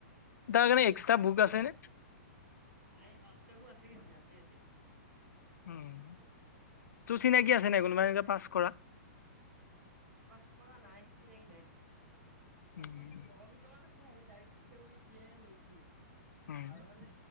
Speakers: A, on the left; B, on the right.
A: তাৰ কাৰণে এক্সট্ৰা বুক আছে নে?
B: নাই <unintelligible>
A: উম, তোৰ চিনাকি আছে নে কোনোবা এনেকে পাছ কৰা?
B: পাছ কৰা নাই চিনাকি নাই,
A: উম,
B: মানে লগৰ কেইটামান আছে <unintelligible> বুলি দিয়ে লৈছে
A: উম,
B: আৰু মানে